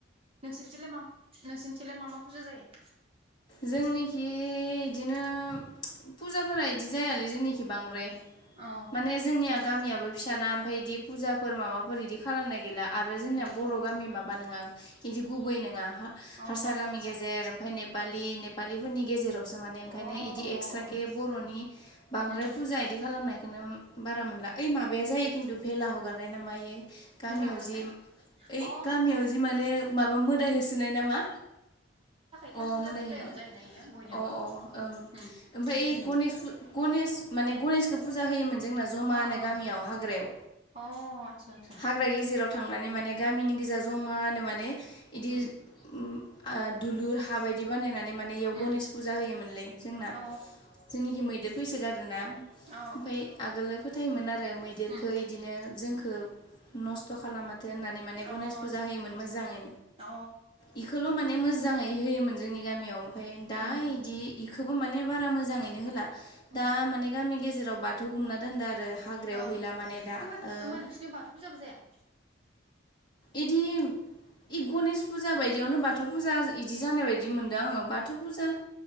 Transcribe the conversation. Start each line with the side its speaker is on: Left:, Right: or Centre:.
Right: नोंसनिथिलाय मा नोंसोरनिथिलाय मा मा फुजा जायो?
Left: जोंनिखि इदिनो पुजाफोरा इदि जायालै जोंनिखि बांद्राय।
Right: अ
Left: माने जोंनिया गामियाबो फिसाना ओमफाय इदि पुजाफोर माबाफोर इदि खालामनाय गैला आरो जोंनिया
Right: उम
Left: बर' गामि माबा नोङा इदि गुबै नोङा
Right: अ
Left: हारसा गामि
Right: आतसा
Left: गेजेर ओमफाय ने <unintelligible> पालिफोरनि गेजेरावसो माने
Right: अ
Left: ओंखायनो इदि एक्सट्राके
Right: अ अ
Left: बर'नि बांद्राय
Right: उम
Left: पुजा इदि खालामनाय खौनो बारा मोनला। ओइ माबाया जायो खिन्दु फेला ह हगारनाय ना मायो। गामियाव
Right: भेला हगारनाय
Left: जि ओइ
Right: अ
Left: गामियाव जि माने माबा मोदाय होसोनाय नामा
Right: भुटान
Left: अ
Right: फुजा
Left: मोदाय
Right: फुजायावनो
Left: होनाय अ
Right: जायोना इयो बयनाबो।
Left: अ
Right: उम
Left: ओं ओमफ्राय
Right: मोदाय
Left: गनेश
Right: हो
Left: <unintelligible> माने गणेशखौ फुजा होयोमोन जोंना जमा
Right: अ अ
Left: गामियाव हाग्रायाव
Right: अ आतसा आतसा
Left: हाग्रा गेजेराव थांनानै माने गामिनि गोजा जमानो माने इदि
Right: उम
Left: उम आ दुलुर हा बायदि बानायनानै माने इयाव
Right: उम
Left: गणेश फुजा होयोमोनलै जोंना।
Right: अ
Left: जोंनिखै मैदेर फै <unintelligible> ओंना
Right: अ
Left: ओमफ्राय आगोलो फोथायोमोन आरो मैदेरखो
Right: उम
Left: इदिनो जोंखो नस्थ' खालामा होननानै
Right: अ
Left: माने गनेश फुजा
Right: आतसा
Left: होयोमोन मोजाङै।
Right: अ
Left: इखोल' माने मोजाङै होयोमोन जोंनि गामियाव। ओमफ्राय
Right: उम
Left: दा इदि खोबो माने बारा मोजाङैनो होला। दा
Right: उम
Left: माने गामि गेजेराव बा थु गुमना दोनदो आरो। हाग्रायाव
Right: अ
Left: हैला माने
Right: होमबा
Left: दा ओ
Right: होमबा नोंसिना बाथौ फुजाबो जाया?
Left: इदि इ गणेश फुजा बायदियावनो बाथौ फुजा इदि जानाय बायदि मोनदों आङो बाथौ फुजा